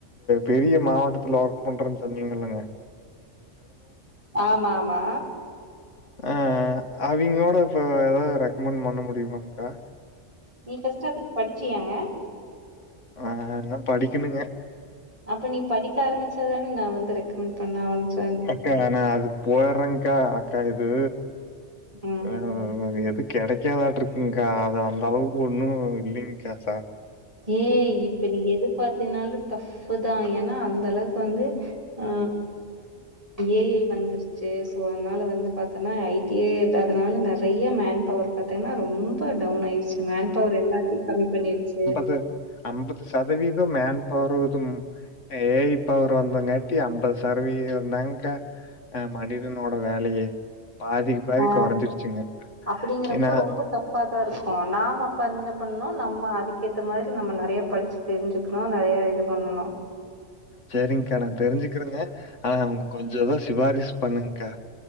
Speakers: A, on the left; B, on the right.
A: பெரிய மாவட்டத்துல வர்க் பண்றேன் சொன்னீங்கில்லைங்க
B: ஆமா ஆமா
A: ஆ ஆ அவங்ளோட இப்ப ஏதாது ரெக்கமெண்ட் பண்ண முடியுமாங் க்கா
B: நீ ஃபர்ஸ்ட் அதுக் படிச்சியாங்க
A: ஆ இன்னூ படிக்கலிங்க
B: அப்ப நீ படிக்க ஆரமிச்சதானே நான் வந்து ரெக்கமெண்ட் பண்ண அவாஞ்ச்
A: அக்கா நா அதுக் போயிரங்க க இது
B: ம்.
A: ஆ எதுக் கெடைக்காதான்ட்றுக்குங்க்கா அது அந்த அளவுக்கு ஒன்னு இல்லைங்கா சா
B: ஏய் இப்ப நீ எது பாத்தினாலு டஃபு தா ஏனா அந்த அளவுக்கு வந்து ஆ ஏஐ வந்துருச்சு சோ அதனால வந்து பாத்தன்னா ஐடியே இல்லாதனால நறைய மேன் பவர் பாத்தீங்கன்னா ரொம்ப டவுன் ஆயிடுச்சு மேன் பவர் எல்லாத்தையும் கம்மி பண்ணிருச்சு
A: அ ஐம்பது சதவீதம் மேன் பவர்வுதும் ஏஐ பவர் வந்தங்காட்டி ஐம்பது சரவீதம் தாங்கா அ மனிதனோட வேலையே பாதிக்கு பாதி
B: அ
A: குறைஞ்சிருச்சுங்க.
B: அப்படிங்கறப்ப
A: ஏன்னா
B: ரொம்ப டஃப்பா தா இருக்கும் நாம பண்ணு பண்ணோ நம்ம அதிக்க இந்த மாரி நம்ம நறைய படிச்சு தெரிஞ்சுக்கணும் நறைய இது பண்ணணும்.
A: செரிங்க நா தெரிஞ்சுக்குரேங்க ஆனா அவுங்க கொஞ்சதோ சிபாரிஸ் பண்ணுங்கா